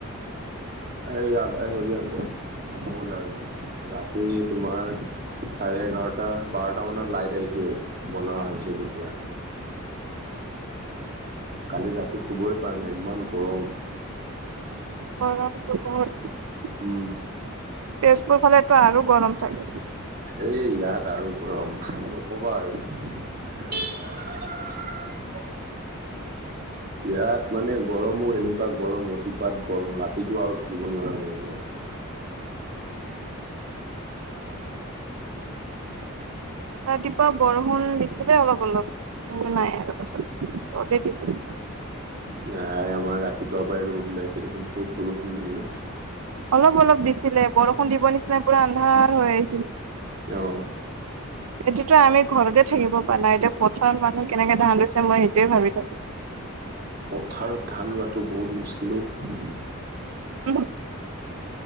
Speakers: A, on the right; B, on the right.
A: সেই আদায় হৈ যাওতে হ'ল আৰু মানে ৰাতি তোমাৰ চাৰে এঘাৰটা বাৰটা মানত লাইট আহিছে বনোৱা হৈছে যেতিয়া কালি ৰাতি শুবই পৰা নাই ইমান গৰম
B: অ
A: উম
B: তেজপুৰ ফালেটো আৰু গৰম চাগে
A: এই ইয়াত আৰু গৰম নকবা আৰু <unintelligible> ইয়াত মানে গৰমো এনেকুৱা গৰম অতিপাত গৰম ৰাতিটো আৰু থাকিব নোৱাৰা গৰমত <inaudible>
B: ৰাতিপুৱা বৰষুণ দেখিছোঁ দেই অলপ অলপ নাই আৰু ৰচোন ৰবি দিলে
A: এ আমাৰ ৰাতিপুৱা পৰাই ৰ'দ ওলাইছে দেখোন ক'ত বৰষুণ দিলেনো
B: অলপ অলপ দিছিলে বৰষুণ দিব নিচিনা পুৰা আন্ধাৰ হৈ আহিছিলে
A: অহ
B: এইটোতো আমি ঘৰতে থাকিব পৰা নাই এতিয়া পথাৰত মানুহ কেনেকে ধান লৈছে মই সেইটোৱে ভাবি থাকো
A: পথাৰত ধান ৰোৱাটো বহুত মুস্কিলো অ
B: উম